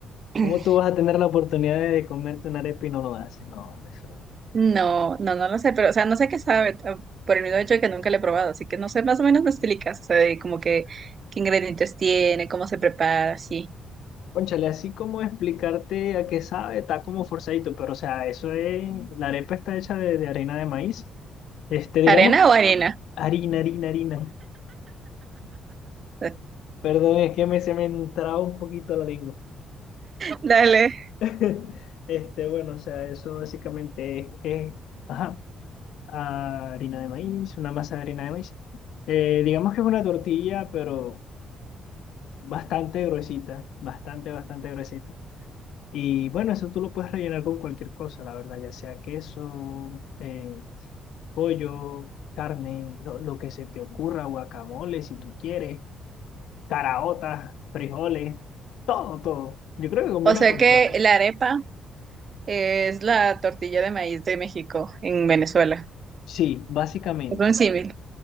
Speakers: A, on the right (about 45°); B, on the left (about 80°).
A: <clears throat>
B: ¿cómo tú vas a tener la oportunidad de comerte una arepa y no lo haces? No, eso.
A: No, no, no lo sé, pero, o sea, no sé qué sabe, t- por el mismo hecho de que nunca lo he probado, así que no sé, más o menos me explicas, o sea, de como que qué ingredientes tiene, cómo se prepara, sí.
B: Cónchale, así como explicarte a qué sabe, está como forzadito, pero o sea, eso es, la arepa está hecha de, de harina de maíz. Este, digamos
A: ¿Arena
B: que
A: o harina?
B: harina, harina, harina.
A: <laughs>
B: Perdón, es que me, se me entraba un poquito la lengua.
A: Dale.
B: <laughs> Este, bueno, o sea, eso básicamente es, es, ajá, harina de maíz, una masa de harina de maíz. Eh, digamos que es una tortilla, pero bastante gruesita, bastante, bastante gruesita. Y bueno, eso tú lo puedes rellenar con cualquier cosa, la verdad, ya sea queso, eh, pollo, carne, lo, lo que se te ocurra, guacamole, si tú quieres. caraotas, frijoles, todo, todo. Yo creo que combina
A: O sea
B: con
A: que
B: todo.
A: la arepa es la tortilla de maíz de México en Venezuela.
B: Sí, básicamente.
A: Es un símil.